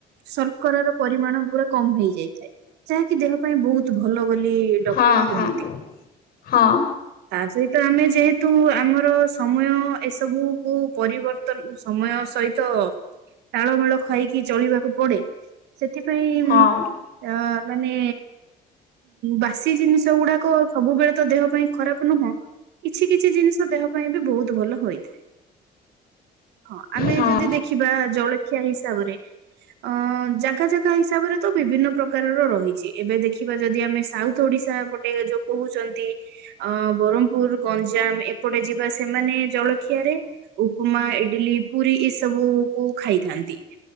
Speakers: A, on the right (about 85°); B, on the left (about 60°).
A: ଶର୍କରାର ପରିମାଣ ପୁରା କମ୍ ହେଇଯାଇଥାଏ। ଯାହାକି ଦେହ ପାଇଁ ବହୁତ ଭଲ ବୋଲି ଡକ୍ଟର
B: ହଁ
A: କୁହନ୍ତି।
B: ହଁ ହଁ।
A: ତା ସହିତ ଆମେ ଯେହେତୁ ତ ସମୟ ଏସବୁକୁ ପରିବର୍ତ୍ତନ ସମୟ ସହିତ ତାଳମେଳ ଖାଇକି ଚଳିବାକୁ ପଡେ ସେଥିପାଇଁ
B: ହଁ
A: ଉଁ ଅ ମାନେ ବାସି ଜିନିଷ ଗୁଡା, କ ସବୁବେଳେ ତ ଦେହ ପାଇଁ ଖରାପ ନୁହଁ କିଛି କିଛି ଜିନିଷ ଦେହ ପାଇଁ ବି ବହୁତ ଭଲ ହୋଇଥାଏ। ହଁ ଆମେ
B: ହଁ
A: ଯଦି ଦେଖିବା ଜଳ ଖିଆ ହିସାବରେ ଅ ଜାଗା ଜାଗା ହିସାବରେ। ତ ବିଭିନ୍ନ ପ୍ରକାରର ରହିଛି ଏବେ ଦେଖିବା ଯଦି ଆମେ ସାଉଥ ଓଡିଶା ପଟେ ଯୋଉ କହୁଛନ୍ତି। ଅ ବରମପୁର ଗଞ୍ଜାମ ଏ ଏପଟେ ଯିବା ସେମାନେ ଜଳଖିଆରେ ଉପମା ଇଡିଲି ପୁରୀ ଏସବୁ କୁ ଖାଇଥାନ୍ତି